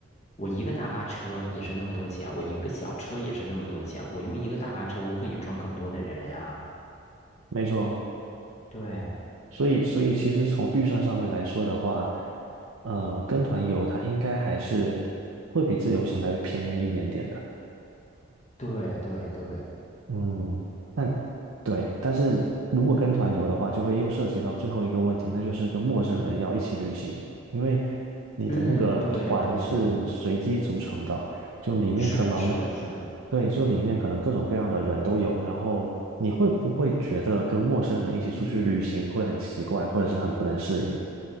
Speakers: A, on the left; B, on the right.
A: 我一个大巴车也是那么多钱，我一个小车也是那么多钱，我用一个大巴车，我可以装更多的人呀。
B: 没错，
A: 对
B: 所以所以其实从预算上面来说的话，呃，跟团游它应该还是会比自由行来的便宜一点点的。
A: 对对对，
B: 嗯，但对，但是如果跟团游的话，就会又涉及到最后一个问题，那就是跟陌生人要一起旅行，
A: 嗯
B: 因为你的那个团是随机组成的，
A: 嗯，对对对，
B: 就里面可能，
A: 是的，是的，是的，
B: 对，就里面可能各种各样的人都有，然后你会不会觉得跟陌生人一起出去旅行会很奇怪，
A: 嗯。
B: 或者是很不能适应？